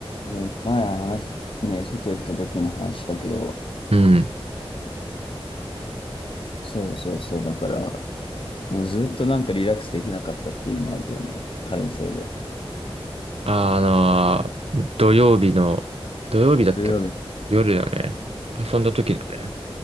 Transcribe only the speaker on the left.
うん前話、ね、外行った時の話だけど、
そうそうそう、だから、もうずっとなんかリラックスできなかったっていうのあるよね。彼のせいで。
土曜日の